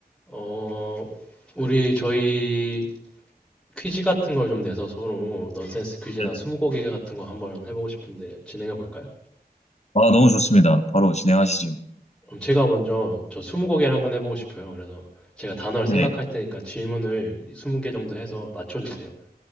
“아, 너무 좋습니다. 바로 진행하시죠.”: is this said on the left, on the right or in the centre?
Left